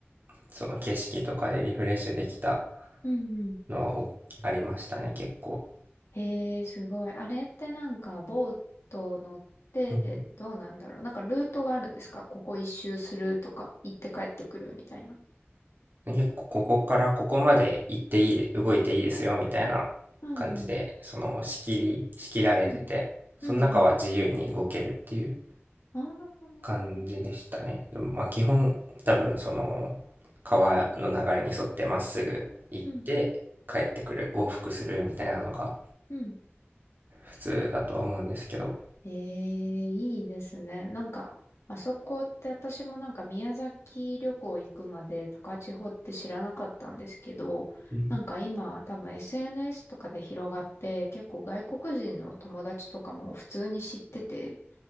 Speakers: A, on the right; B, on the left.
A: その景色とかでリフレッシュできた
B: うんうん。
A: のはありましたね、結構。
B: ええすごい。あれってなんか、ボート乗って、
A: うん
B: どうなんだろう。なんか、ルートがあるんですかここ一周するとか、行って帰ってくるみたいな。
A: 結構ここからここまで行っていい、動いていいですよみたいな感じで、
B: うんうん。
A: その仕切り、仕切られてて、
B: うん。
A: その中は自由に動けるっていう
B: うんうん。ああ。
A: 感じでしたね。でもまあ基本多分その川の流れに沿ってまっすぐ行って帰ってくる、
B: うん。
A: 往復するみたいなのが
B: うん。
A: 普通だとは思うんですけど、
B: ええいいですね。なんか、あそこって私もなんか宮崎旅行行くまで高千穂って知らなかったんですけど、
A: うん、
B: なんか今多分 SNS とかで広がって結構外国人の友達とかも普通に知ってて、